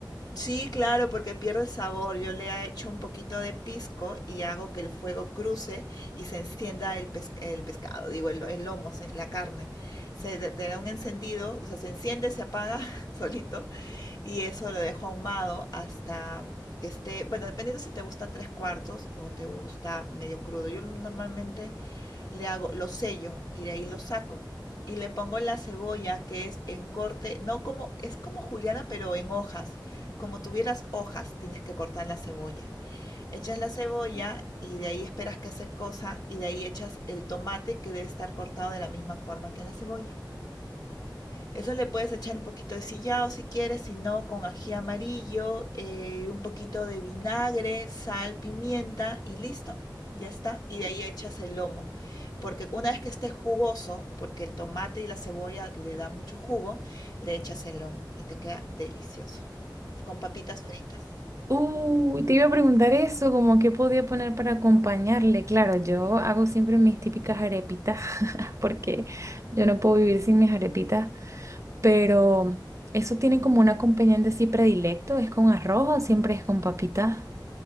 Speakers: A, on the left; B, on the right.
A: Sí, claro, porque pierde el sabor. Yo le echo un poquito de pisco y hago que el fuego cruce y se encienda el, pes- el pescado, digo, el, el lomo, se- la carne. Se de- le da un encendido, o sea, se enciende, se apaga <laughs> solito y eso lo dejo ahumado hasta que esté, bueno, dependiendo si te gusta tres cuartos o te gusta medio crudo. Yo normalmente le hago, lo sello y de ahí lo saco. Y le pongo la cebolla, que es en corte, no como, es como juliana, pero en hojas. Como tuvieras hojas, tienes que cortar la cebolla. Echas la cebolla y de ahí esperas que se cosa y de ahí echas el tomate que debe estar cortado de la misma forma que la cebolla. Eso le puedes echar un poquito de sillao si quieres, si no, con ají amarillo, eh, un poquito de vinagre, sal, pimienta y listo. Ya está. Y de ahí echas el lomo. Porque una vez que esté jugoso, porque el tomate y la cebolla le da mucho jugo, le echas el lomo y te queda delicioso. Con papitas fritas.
B: Uy, te iba a preguntar eso, como qué podía poner para acompañarle. Claro, yo hago siempre mis típicas arepitas, <laughs> porque yo no puedo vivir sin mis arepitas, pero eso tiene como un acompañante así predilecto, es con arroz o siempre es con papitas.